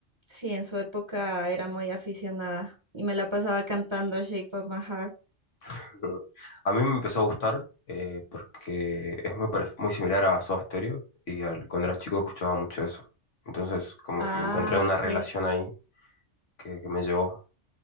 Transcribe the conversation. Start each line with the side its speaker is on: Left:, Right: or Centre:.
Right: Sí, en su época era muy aficionada y me la pasaba cantando Shape of My Heart.
Left: <laughs> A mí me empezó a gustar eh, porque es muy, parec- muy similar a Soda Stereo y al- cuando era chico escuchaba mucho eso. Entonces, como
Right: Ah,
Left: que encontré una
Right: ok.
Left: relación ahí que, que me llevó